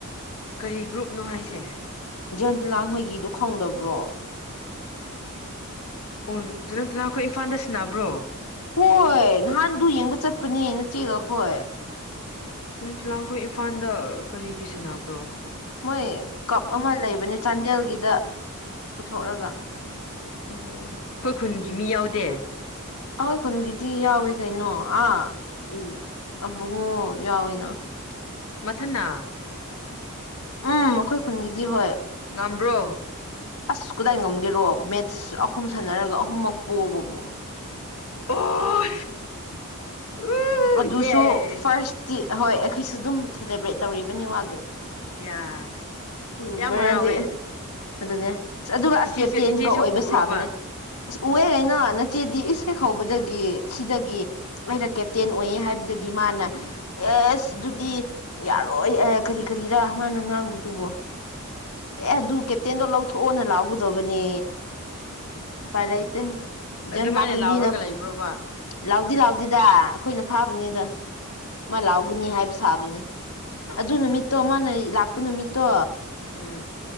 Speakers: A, on the left; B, on the left.
A: ꯀꯔꯤ ꯒ꯭ꯔꯨꯞꯅꯣ ꯍꯥꯏꯁꯦ
B: ꯖꯟ ꯂꯥꯡ ꯍꯣꯏꯒꯤꯗꯣ ꯈꯪꯗꯕ꯭ꯔꯣ
A: ꯑꯣ ꯖꯟ ꯂꯥꯡ ꯈꯣꯏ ꯏꯝꯐꯥꯜꯗ ꯁꯥꯟꯅꯕ꯭ꯔꯣ
B: ꯍꯣꯏ ꯅꯍꯥꯟꯗꯨ ꯌꯦꯡꯕ ꯆꯠꯄꯅꯦ ꯅꯆꯦꯒ ꯑꯈ‌ꯣꯏ
A: ꯖꯟꯂꯥꯡ ꯈ‌ꯣꯏ ꯏꯝꯐꯥꯜꯗ ꯀꯔꯤꯒꯤ ꯁꯅꯕ꯭ꯔꯣ
B: ꯃꯣꯏ ꯀꯞ ꯑꯃ ꯂꯩꯕꯅꯦ ꯆꯥꯟꯗꯦꯜꯒꯤꯗ ꯄꯨꯊꯣꯛꯔꯒ
A: ꯑꯣ ꯑꯩꯈꯣꯏ ꯈꯨꯟꯒꯤ ꯃꯤ ꯌꯥꯎꯗꯦ
B: ꯑꯩꯈꯣꯏ ꯈꯨꯟꯒꯤꯗꯤ ꯌꯥꯎꯋꯤ ꯀꯩꯅꯣ ꯑꯥ ꯎ ꯑꯕꯨꯡꯉꯣ ꯌꯥꯎꯋꯤꯅ
A: ꯃꯊꯅꯥ
B: ꯎꯝ ꯃꯈꯣꯏ ꯈꯨꯟꯒꯤꯗꯤ ꯍꯣꯏ
A: ꯉꯝꯕ꯭ꯔꯣ
B: ꯑꯁ ꯀꯗꯥꯏ ꯉꯝꯒꯦꯔꯣ ꯃꯦꯠꯁ ꯑꯍꯨꯝ ꯁꯥꯟꯅꯔꯒ ꯑꯍꯨꯝꯃꯛ ꯄꯣꯕꯕꯨ
A: ꯑꯣ ꯎ
B: ꯑꯗꯨꯁꯨꯣ
A: ꯌꯦ
B: ꯐꯔꯁꯇꯤ ꯑꯍꯣꯏ ꯑꯩꯈꯣꯏꯁꯨ ꯑꯗꯨꯝ ꯁꯦꯂꯦꯕ꯭ꯔꯦꯠ ꯇꯧꯔꯤꯕꯅꯤ ꯋꯥ
A: ꯌꯥ
B: ꯎꯝ
A: ꯌꯥꯝ
B: ꯃꯔꯝꯗꯤ
A: ꯍꯔꯥꯎꯋꯦ
B: ꯑꯗꯨꯅꯦ ꯑꯁ ꯑꯗꯨꯒ ꯑꯁ
A: ꯏꯆꯦꯁꯨ
B: ꯀꯦꯞꯇꯦꯟꯒ
A: ꯏꯆꯦꯁꯨ
B: ꯑꯣꯏꯕ
A: ꯎꯕ꯭ꯔꯣꯕ
B: ꯁꯥꯕꯅꯦ ꯑꯁ ꯎꯑꯦ ꯀꯩꯅ ꯅꯆꯦꯗꯤ ꯏꯁ ꯍ‌ꯦꯛ ꯍꯧꯕꯗꯒꯤ ꯁꯤꯗꯒꯤ ꯂ‌ꯣꯏꯅ ꯀꯦꯞꯇꯦꯟ ꯑꯣꯏꯌꯦ ꯍꯥꯏꯕꯗꯒꯤ ꯃꯥꯅ ꯑꯦꯁ ꯑꯗꯨꯗꯤ ꯌꯥꯔꯣꯏ ꯀꯔꯤ ꯀꯔꯤꯔꯥ ꯃꯥꯅ ꯉꯥꯡꯕꯗꯨꯕꯣ ꯑꯦ ꯑꯗꯨ ꯀꯦꯞꯇꯦꯟꯗꯣ ꯂꯧꯊꯣꯛꯑꯣꯅ ꯂꯥꯛꯒꯗꯕꯅꯦ ꯎꯄꯥꯏ ꯂꯩꯇꯦ
A: ꯑꯗꯨꯃꯥꯏꯅ
B: ꯖꯟ ꯂꯥꯡꯗꯤ
A: ꯂꯥꯎꯔꯒ
B: ꯃꯤꯅ
A: ꯂꯩꯕ꯭ꯔꯣꯕ
B: ꯂꯥꯎꯗꯤ ꯂꯥꯎꯗꯤꯗ ꯑꯩꯈꯣꯏꯅ ꯐꯥꯕꯅꯤꯗ ꯃꯥ ꯂꯥꯎꯒꯅꯤ
A: ꯎꯝ ꯎꯝ
B: ꯍꯥꯏꯕ ꯁꯥꯕꯅꯤ ꯑꯗꯨ ꯅꯨꯃꯤꯠꯇꯣ ꯃꯥꯅ ꯂꯥꯛꯄ ꯅꯨꯃꯤꯠꯇꯣ
A: ꯎꯝ